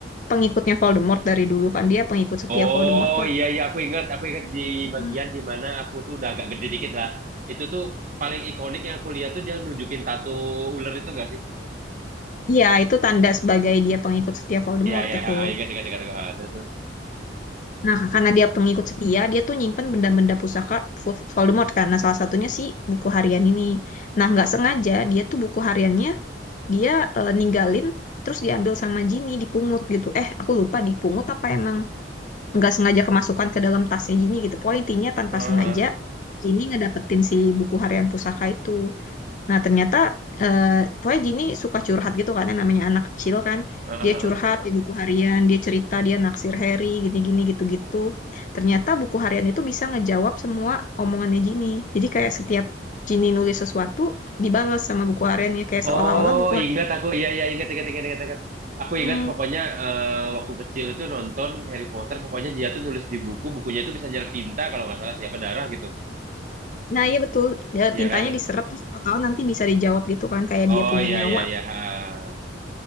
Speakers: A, on the left; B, on the right.
A: pengikutnya Voldemort dari dulu kan dia pengikut setia
B: Oh
A: Voldemort lah.
B: iya iya aku ingat aku ingat di
A: Hmm.
B: bagian di mana aku tuh udah agak gede dikit lah. Itu tuh paling ikonik yang aku lihat tuh dia nunjukin tato ular itu enggak sih?
A: Iya, itu tanda sebagai dia pengikut setia Voldemort
B: Iya iya
A: itu.
B: ah, ingat ingat ingat. ingat. Ah, terus terus.
A: Nah, karena dia pengikut setia, dia tuh nyimpen benda-benda pusaka Vo- Voldemort kan. Nah, salah satunya si buku harian ini. Nah, nggak sengaja dia tuh buku hariannya dia eh, ninggalin terus diambil sama Ginny dipungut gitu. Eh, aku lupa dipungut apa emang nggak sengaja kemasukan ke dalam tasnya Ginny gitu. Pokoknya intinya tanpa
B: Ah,
A: sengaja
B: ah,
A: Ginny ngedapetin si buku harian pusaka itu. Nah, ternyata eh pokoknya Jini suka curhat gitu kan, yang namanya anak kecil kan.
B: ah, ah,
A: Dia curhat
B: ah.
A: di buku harian, dia cerita, dia naksir Harry, gini-gini gitu-gitu. Ternyata buku harian itu bisa ngejawab semua omongannya Jini. Jadi kayak setiap Jini nulis sesuatu, dibalas sama buku hariannya kayak
B: Oh
A: seolah-olah buku harian.
B: ingat aku iya iya ingat ingat ingat ingat. ingat. Aku
A: Hmm.
B: ingat pokoknya eh, waktu kecil itu nonton Harry Potter pokoknya dia tuh nulis di buku bukunya itu bisa nyerap tinta kalau nggak salah siapa darah gitu.
A: Nah, iya betul. Ya,
B: Iya
A: tintanya
B: kan? ya?
A: diserap terus tahu-tahu nanti bisa dijawab gitu kan, kayak
B: Oh
A: dia punya
B: iya
A: nyawa.
B: iya iya. ah.